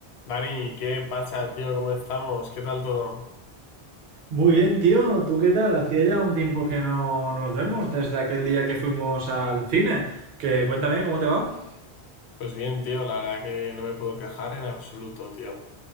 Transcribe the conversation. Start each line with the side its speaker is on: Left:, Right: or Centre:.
Left: Dani, ¿qué pasa, tío? ¿Cómo estamos? ¿Qué tal todo?
Right: Muy bien, tío. ¿Tú qué tal? Hacía ya un tiempo que no nos vemos, desde aquel día que fuimos al cine. Que cuéntame, ¿cómo te va?
Left: Pues bien, tío, la verdad que no me puedo quejar en absoluto, tío.